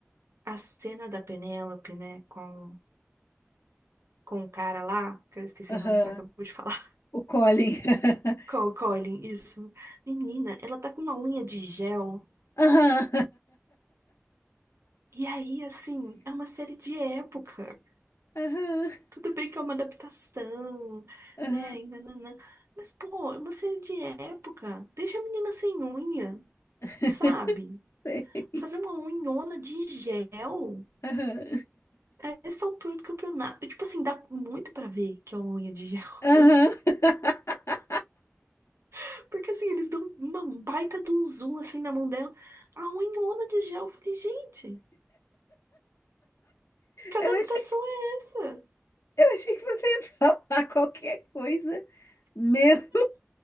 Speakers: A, on the right; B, on the left.
A: a cena da Penélope, né? Com, com o cara lá, que eu esqueci
B: Aham.
A: o nome, você acabou de falar.
B: O Colin.
A: <laughs>
B: <laughs>
A: Com o Colin, isso. Menina, ela tá com uma unha de gel.
B: Aham.
A: E aí, assim, é uma série de época.
B: Aham.
A: Tudo bem que é uma adaptação,
B: Aham.
A: né? e nananã. Mas, pô, é uma série de época. Deixa a menina sem unha,
B: <laughs>
A: sabe?
B: Sei.
A: Fazer uma unhona de gel
B: Aham.
A: a essa altura do campeonato. Tipo assim, dá muito pra ver que é uma unha de gel.
B: Aham. <laughs>
A: <laughs> Porque assim, eles dão uma baita de um zoom assim na mão dela. A unhona de gel. Eu falei, gente, que
B: Eu
A: adaptação
B: achei,
A: é essa?
B: eu achei que você ia falar qualquer coisa menos,